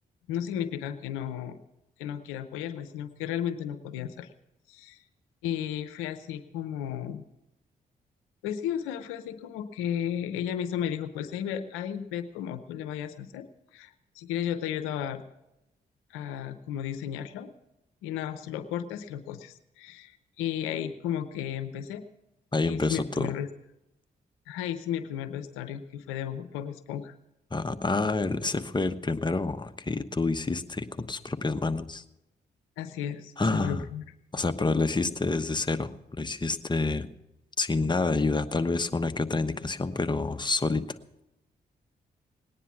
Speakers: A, on the left (about 85°); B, on the left (about 20°).
A: no significan que no, que no quiera apoyarme, sino que realmente no podía hacerlo. Y fue así como, pues sí, o sea, fue así como que ella misma me dijo, pues ahí ve, ahí ve cómo tú le vayas a hacer. Si quieres yo te ayudo a, a como diseñarlo y nada, más tú lo cortas y lo coses. Y ahí como que empecé
B: Ahí
A: y
B: empezó
A: hice mi primer,
B: todo.
A: vest- ajá, hice mi primer vestuario que fue de Bob Bob Esponja.
B: Ah, ah, el- ese fue el primero que tú hiciste con tus propias manos.
A: Así es,
B: Ah.
A: se fue el primer.
B: O sea, pero lo hiciste desde cero. Lo hiciste sin nada de ayuda. Tal vez una que otra indicación, pero solita.